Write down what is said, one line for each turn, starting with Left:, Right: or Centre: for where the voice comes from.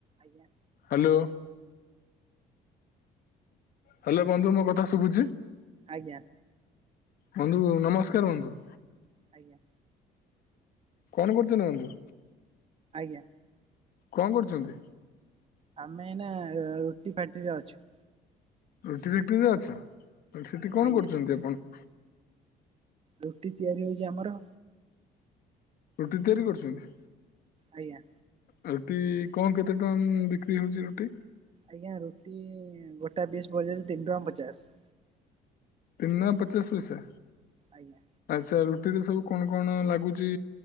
Right: ଆଜ୍ଞା।
Left: Hello. Hello ବନ୍ଧୁ ମୋ କଥା ଶୁଭୁଛି?
Right: ଆଜ୍ଞା।
Left: ବନ୍ଧୁ ନମସ୍କାର ବନ୍ଧୁ।
Right: ଆଜ୍ଞା।
Left: କଣ କରୁଛନ୍ତି ବନ୍ଧୁ?
Right: ଆଜ୍ଞା।
Left: କଣ କରୁଛନ୍ତି?
Right: ଆମେ ଏଇନା ରୁଟି ଫ୍ୟାଟିରିରେ ଅଛୁ।
Left: ରୁଟି ଫେକ୍ଟ୍ରିରେ ଅଛ। ସେଠି କଣ
Right: ଆଜ୍ଞା
Left: କରୁଛନ୍ତି ଆପଣ?
Right: ରୁଟି ତିଆରି ହୋଉଛି ଆମର।
Left: ରୁଟି ତିଆରି କରୁଛନ୍ତି?
Right: ଆଜ୍ଞା।
Left: ରୁଟି କଣ କେତେ ଟଙ୍କା ବିକ୍ରି ହୋଉଛି ରୁଟି?
Right: ଆଜ୍ଞା ରୁଟି ଗୋଟା ପିଶ ପର୍ଯ ତିନି ଟଙ୍କା ପଚାଶ।
Left: ତିନି ଟଙ୍କା ପଚାଶ ପଇସା?
Right: ଆଜ୍ଞା।
Left: ଆଚ୍ଛା ରୁଟିରେ ସବୁ କଣ-କଣ ଲାଗୁଛି